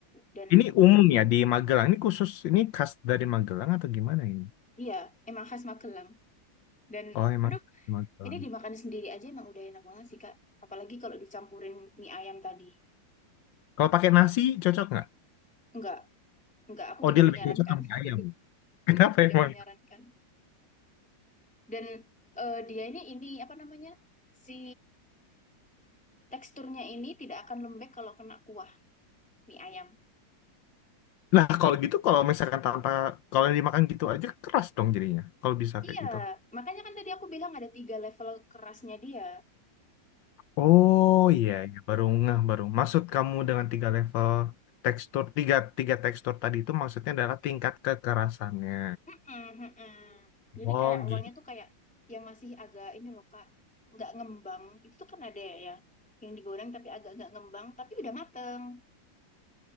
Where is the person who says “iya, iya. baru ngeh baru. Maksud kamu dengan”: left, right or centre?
Left